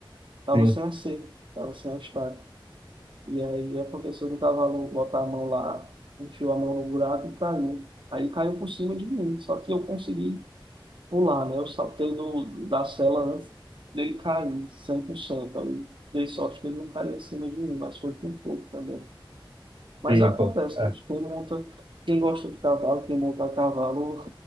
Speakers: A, on the right; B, on the right.
A: Tava
B: Sim,
A: sem a cerca, tava sem a estaca. E aí aconteceu do cavalo botar a mão lá, enfiou a mão no buraco e caiu. Aí caiu por cima de mim, só que eu consegui pular, né? Eu saltei do, da sela antes dele cair, 100% ali. Dei sorte que ele não caiu em cima de mim, mas foi por pouco também. Mas
B: sim,
A: acontece,
B: pô. É,
A: bicho. Quem monta, quem gosta de cavalo, quem monta a cavalo,